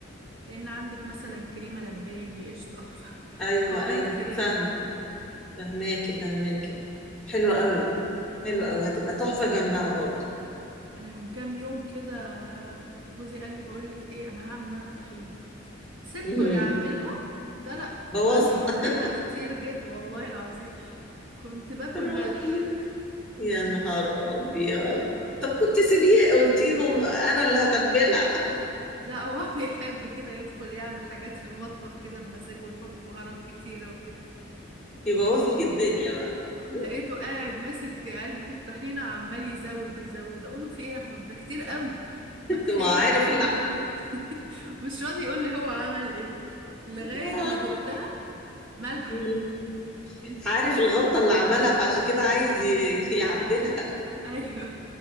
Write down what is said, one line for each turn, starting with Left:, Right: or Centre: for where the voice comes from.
Right: كأن عندك مثلا كريمه لباني قشطه <laughs> ف-
Centre: ايوه
Right: القوام
Centre: ايوه
Right: الكريمي
Centre: فاهم
Right: ده
Centre: فهماكي فهماكي حلو قوي
Right: ده
Centre: حلو
Right: انا من
Centre: قوي هتبقى تحفة جنبها برضو
Right: انا من كام يوم كده جوزي قال لي بقول لك ايه انا هعمل انا الطحينه سبته
Centre: مهم.
Right: يعملها لا لا
Centre: بوظها
Right: ملح فيها
Centre: <laughs>
Right: كتير جد والله العظيم كنت باكل
Centre: يا ربي
Right: ملح
Centre: يا نهار
Right: <laughs>
Centre: ابيض طب كنت سيبيه قلتي له انا اللي هتبلها
Right: لا هو <laughs> بيحب كده يدخل يعمل حاجات في المطبخ كده بمزاجه ويحط بهارات كتيرة وكده
Centre: يبوظ لك الدنيا بقى <laughs>
Right: لقيته قاعد ماسك علبة الطحينة عمال يزود يزود أقوله في إيه يا أحمد ده كتير قوي ما كفاية
Centre: ما هو عارف اللي
Right: <laughs> مش راضي يقول لي هو عمل إيه لغاية
Centre: آه.
Right: ما دقتها ملح
Centre: مم. عارف الغلطه اللي عملها فعشان كده عايز ي- يعدلها
Right: <laughs> أيوه